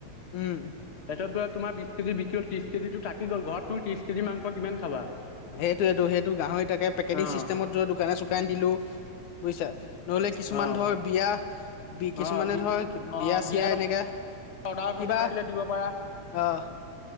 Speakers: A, on the left; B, on the left.
A: উম
B: তাৰ পাছত বিছ কেজি বিক্ৰী হল ত্ৰিশ কেজি টো থাকিলে কি গ'ল ঘৰত তুম ত্ৰিশ কেজি মাংস কিমান খাবা
A: হেইটোৱেটো, সেইটো গাহৰি তাকে পেকেটিং
B: অ',
A: চিষ্টেমত যদি দোকানে-চোকানে দিলো। বুজিছা? নহলে কিছুমান
B: অ',
A: ধৰ বিয়া কিছুমানে
B: অ', বি
A: ধৰ
B: অ',
A: বিয়া
B: বিয়াত
A: চিয় এনেকে
B: অৰ্ডাৰ চৰ্ডাৰ
A: কিবা
B: থাকিলে দিব পাৰা
A: আহ